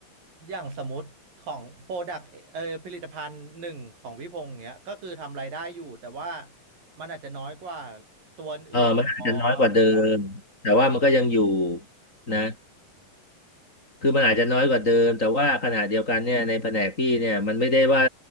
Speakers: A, on the right; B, on the left.
A: อย่างสมมติของโปรดักเออผลิตภัณฑ์หนึ่งของพี่พงษ์เนี้ยก็คือทำรายได้อยู่แต่ว่ามันอาจจะน้อยกว่าตัวอื่นพอเขาอย่างเงี้ยเหรอ
B: เออมันอาจจะน้อยกว่าเดิมแต่ว่ามันก็ยังอยู่นะ
A: อ
B: คือมันอาจจะน้อยกว่าเดิมแต่ว่าขณะเดียวกันเนี่ยในแผนกพี่เนี่ยมันไม่ได้ว่า